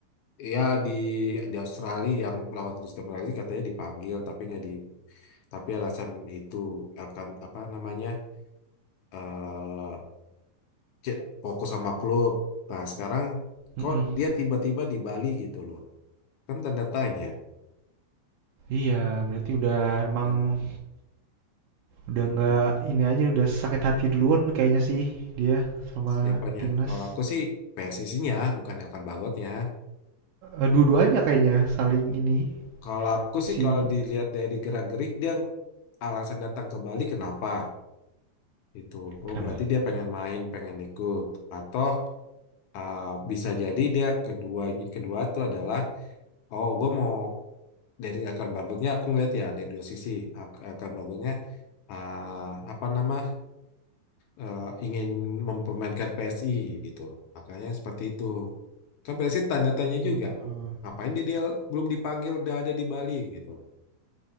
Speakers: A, on the left; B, on the right.
A: Ya di di Australia yang lawan Kristen Malaysia katanya dipanggil tapi nggak di tapi alasan itu akan apa namanya eh, ce- fokus sama klub. Nah, sekarang
B: Mm-mm.
A: kok dia tiba-tiba di Bali gitu loh. Kan tanda tanya.
B: Iya, berarti udah emang
A: Nah,
B: Udah
A: itu
B: nggak ini aja udah sakit hati duluan kayaknya sih dia sama
A: Siapanya?
B: timnas.
A: Kalau aku sih PSSI-nya, bukan Elkan Bagotnya.
B: Eh, dua-duanya kayaknya saling ini
A: Kalau aku sih
B: si
A: kalau dilihat dari gerak-gerik dia alasan datang ke Bali kenapa? Itu. Oh,
B: Kenapa?
A: berarti dia pengen main, pengen ikut. Atau ah, bisa jadi dia kedua kedua tuh adalah oh, gue mau dari akan bagotnya aku ngeliat ya dari dua sisi akan bagotnya ah, apa nama eh, ingin mempermainkan PSI gitu. Makanya seperti itu. Kan PSI tanda tanya
B: Hmm,
A: juga. Ngapain dia, dia belum dipanggil udah ada di Bali gitu.